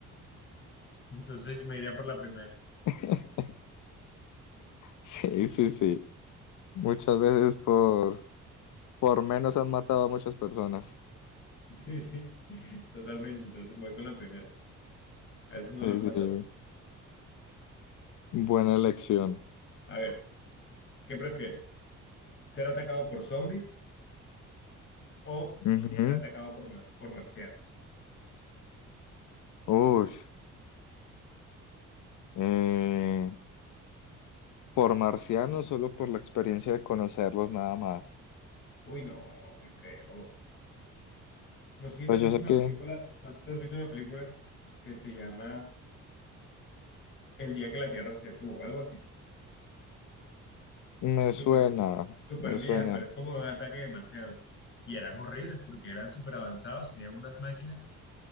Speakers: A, on the left; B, on the left.
A: Entonces me iría por la primera. <laughs>
B: <laughs> Sí, sí, sí. Muchas veces por, por menos han matado a muchas personas.
A: Sí, sí, totalmente. Entonces me voy con la primera. A esos no
B: Sí,
A: los matan.
B: sí. Buena elección.
A: A ver, ¿qué prefieres? ¿Ser atacado por zombies o
B: Ujú.
A: ser atacado por, mar- por marcianos?
B: Ush. Eh, por marcianos, solo por la experiencia de conocerlos, nada más.
A: Uy, no, qué feo. No sé si
B: Pues
A: te has visto
B: yo sé
A: una
B: que
A: película, no sé si te has visto una película que se llama El día que la Tierra se detuvo, algo así.
B: me suena,
A: Súper, súper
B: me
A: vieja,
B: suena.
A: pero es como de un ataque de marcianos Y eran horribles porque eran súper avanzados, tenían unas máquinas